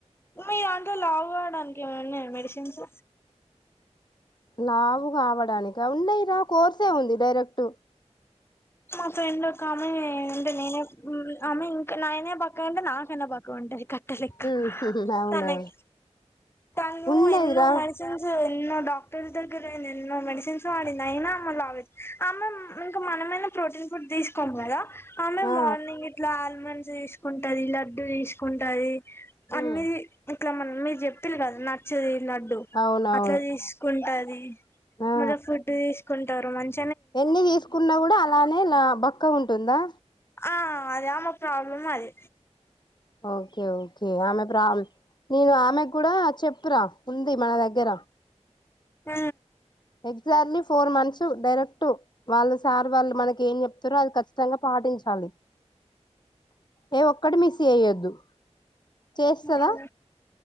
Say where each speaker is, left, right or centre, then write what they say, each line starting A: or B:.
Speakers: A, on the left; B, on the left.
A: మీ దాంట్లో లావు కావడానికి ఏమన్నా ఉన్నాయా మెడిసిన్స్
B: లావు కావడానిక ఉన్నాయిరా కోర్సే ఉంది డైరెక్ట్
A: మా ఫ్రెండ్ ఒక ఆమె అంటే నేనే ఆమె ఇంకా నాయనే బక్క అంటే నాకైనా బక్క గాఉంటుది కట్టే లేక్క
B: ఉమ్ అవునా
A: తనకి తను
B: ఉన్నదిరా
A: ఎన్నో మెడిసిన్స్ ఎన్నో డాక్టర్స్ దగ్గర అయింది ఎన్నో మెడిసిన్స్ వాడింది అయినా అమే అమే ఇంక మనమే మనమే ప్రోటీన్ ఫుడ్ తీసుకోము కదా ఆమె
B: ఆ
A: మార్నింగ్ గిట్లా ఆల్మండ్స్ తీసుకుంటది లడ్డు తీసుకుంటది అన్న
B: ఉమ్
A: ఇట్లా మన్ మీరు చెప్పారు కదా నచ్చది లడ్డు
B: అవునవును
A: అట్లా తీసుకుంటది
B: ఆ
A: మళ్ళ ఫుడ్ తీసుకుంటారు మంచి
B: ఎన్ని తీసుకున్నా కూడా అలానే లా బక్కగ ఉంటుందా
A: ఆ అది ఆమే ప్రాబ్లం అది
B: ఓకే ఓకే ఆమె ప్రా నేను ఆమె కూడా చెప్పిన ఉంది మ దగ్గర
A: మ్
B: ఎగ్జాక్ట్లీ ఫోర్ మంత్స్ డైరెక్ట్ వాళ్ళ సార్ వాళ్ళు మనకి ఏం చెప్తారో అది ఖచ్చితంగా పాటించాలి ఏ ఒక్కటి మిస్ అయ్యొద్దు చేస్తదా
A: ఉమ్